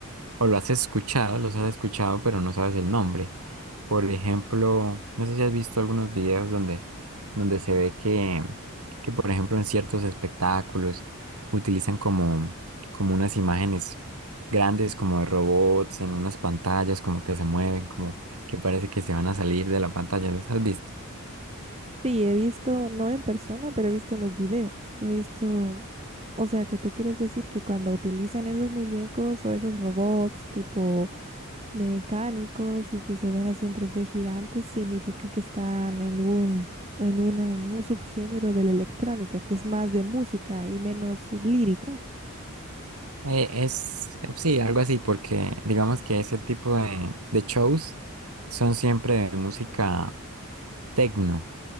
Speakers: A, on the right; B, on the right.
A: o lo has escuchado, los has escuchado, pero no sabes el nombre. Por ejemplo, no sé si has visto algunos videos donde, donde se ve que, que, por ejemplo, en ciertos espectáculos utilizan como, como unas imágenes grandes, como de robots, en unas pantallas, como que se mueven, como que parece que se van a salir de la pantalla. ¿Los has visto?
B: Sí, he visto, no en persona, pero he visto los videos. He visto O sea, que tú quieres decir que cuando utilizan esos muñecos o esos robots tipo mecánicos y que se ven así en 3D gigantes, significa que están en un, en una- en un subgénero de la electrónica, que es más de música y menos lírica.
A: Eh, es, eh, sí, algo así, porque digamos que ese tipo de, de shows son siempre de música tecno.